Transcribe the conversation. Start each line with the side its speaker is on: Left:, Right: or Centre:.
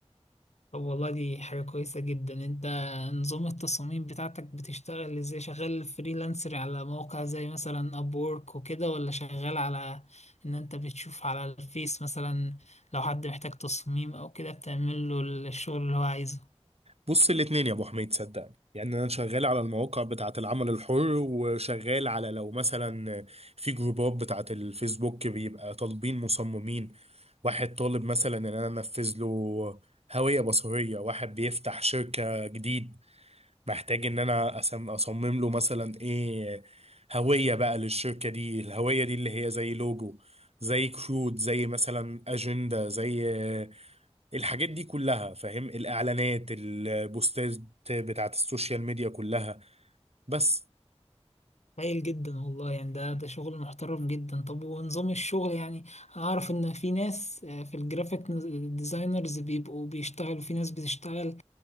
Left: طب والله دي حاجة كويسة جدا انت نظام التصاميم بتاعتك بتشتغل ازاي شغال فريلانسر على مواقع زي مثلا ابورك وكده ولا شغال على ان انت بتشوف على الفيس مثلا لو حد محتاج تصميم او كده بتعمل له الشغل اللي هو عايزه
Right: بص الاتنين يا ابو حميد صدقني يعني انا شغال على المواقع بتاعه العمل الحر وشغال على لو مثلا في جروبات بتاعه الفيسبوك بيبقى طالبين مصممين واحد طالب مثلا ان انا انفذ له هوية بصرية واحد بيفتح شركة جديد بحتاج ان انا أسم- اصمم له مثلا ايه هوية بقى للشركة دي الهوية دي اللي هي زي لوجو زي كروت زي مثلا اجندة زي آه، الحاجات دي كلها فاهم الاعلانات البوستات بتاعت السوشيال ميديا كلها بس
Left: هايل جدا والله يعني ده ده شغل محترم جدا طب ونظام الشغل يعني أعرف إن في ناس آه، في الجرافيك ديزاينرز بيبقوا بيشتغلوا في ناس بتشتغل